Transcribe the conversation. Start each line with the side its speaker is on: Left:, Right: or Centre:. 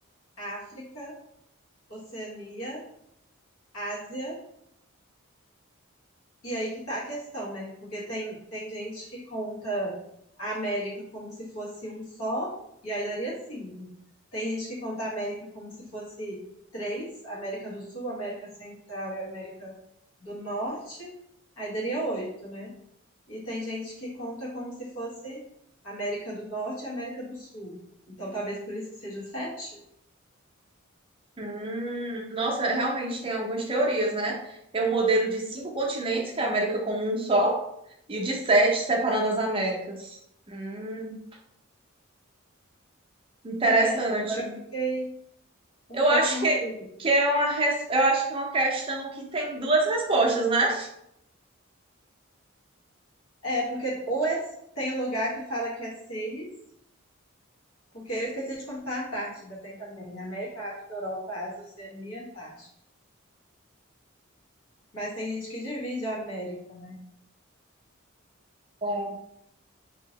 Left: África, Oceania, Ásia, e aí que tá a questão, né? Porque tem, tem gente que conta a América como se fosse um só, e aí daria cinco. Tem gente que conta a América como se fosse três, América do Sul, América Central e América do Norte, aí daria oito, né? E tem gente que conta como se fosse América do Norte e América do Sul. Então talvez por isso que seja sete?
Right: Hum, nossa, realmente tem algumas teorias, né? Tem um modelo de cinco continentes, que é a América como um só, e o de sete, separando as Américas. Hum, interessante.
Left: É, agora eu fiquei um
Right: Eu
Left: pouco
Right: acho
Left: na
Right: que,
Left: dúvida.
Right: que é uma, res- eu acho que é uma questão que tem duas respostas, né?
Left: É, porque ou é- tem lugar que fala que é seis, porque eu esqueci de contar a Antártida, tem também, né? América, África, Europa, Ásia, Oceania e Antártida. Mas tem gente que divide a América, né?
Right: É,